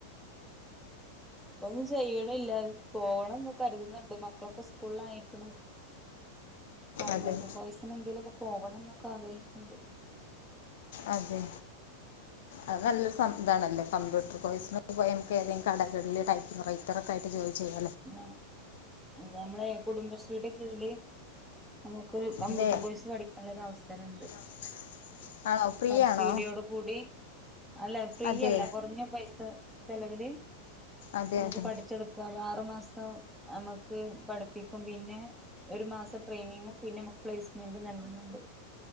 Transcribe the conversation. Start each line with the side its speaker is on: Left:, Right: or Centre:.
Centre: ഇപ്പൊന്നും ചെയ്യണില്ല പോവണംന്ന് കരുതുന്നുണ്ട് മക്കളൊക്കെ സ്കൂളില് ആയേക്കണ് കംമ്പ്യൂട്ടർ
Left: അതെ
Centre: കോഴ്സിന് എന്തേലും പോകണം എന്നൊക്കെ ആഗ്രഹിക്കണ്ട്
Left: അതെ അത് നല്ലൊരു സം ഇതാണല്ലേ കമ്പ്യൂട്ടർ കോഴ്സിന് പോയാൽ ഏതങ്കിലും കടകളില് ടൈപ്പിങ്ങ് റൈ ഇത്രക്കായിട്ട് ജോലി ചെയ്യാം
Centre: ന നമ്മളെ കുടുംബശ്രീയുടെ കീഴ്‌ല് നമു ക്ക്കമ്പ്യൂട്ടർ
Left: അതെ
Centre: കോഴ്സ് പഠിക്കാള്ള ഒരവസ <unintelligible>
Left: അവസരം ആണോ ഫ്രീ
Centre: സബ്സിഡിയോട്
Left: ആണോ
Centre: കൂടി അല്ല ഫ്രീയല്ല
Left: അതെ
Centre: കൊറഞ്ഞ പൈസ ചെലവില്
Left: അതെ
Centre: നമുക്ക്
Left: അതെ
Centre: പഠിച്ചെടുക്കാം <unintelligible> മാസം നമ്മക്ക് പഠിപ്പിക്കും പിന്നെ ഒരു മാസം ട്രയിനിങ്ങും പിന്നെ നമുക്ക് പ്ലെസ്മെന്റും നൽകുന്നുണ്ട്